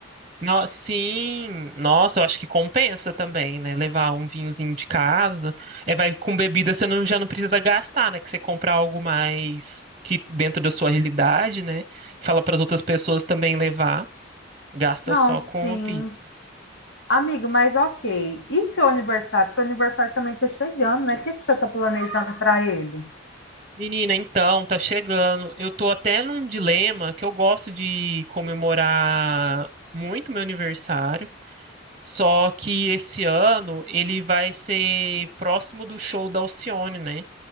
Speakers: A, on the right (about 30°); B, on the left (about 70°).
A: No- Sim, nossa, eu acho que compensa também, né? Levar um vinhozinho de casa. É, vai com bebida, você não, já não precisa gastar, né? Que você compra algo mais que dentro da sua realidade, né? Fala para as outras pessoas também levar, gasta
B: Não,
A: só com
B: sim.
A: a pizza.
B: Amigo, mas ok. E seu aniversário? Seu aniversário também está chegando, né? O que que você está planejando para ele?
A: Menina, então, tá chegando. Eu tô até num dilema que eu gosto de comemorar muito meu aniversário, só que esse ano ele vai ser próximo do show da Alcione, né?